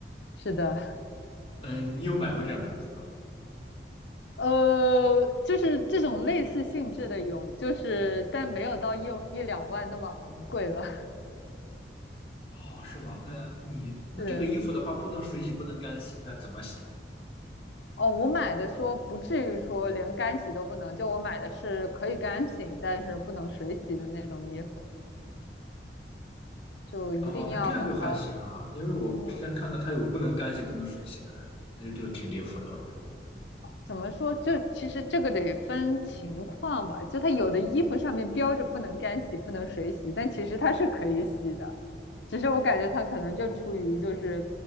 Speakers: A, on the left (about 80°); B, on the left (about 30°).
A: 是的，
B: 嗯、呃，你有买过这样的衣服吗？
A: 呃，就是这种类似性质的有，就是但没有到一一两万那么昂贵吧，
B: 哦，是吗？那你那这个衣服的话，
A: <laughs> 是。
B: 不能水洗，不能干洗，那怎么洗？
A: 哦，我买的说不至于说连干洗都不能，就我买的是可以干洗，但是不能水洗的那种衣服，就一定要把它，
B: 哦，那这样就还行啊，因为我之前看到它有不能干洗、
A: 嗯，
B: 不能水洗的，那就挺离谱的，我觉得。
A: 怎么说？就其实这个得分情况吧，就它有的衣服上面标着不能干洗、不能水洗，但其实它是可以洗的，只是我感觉它可能就出于就是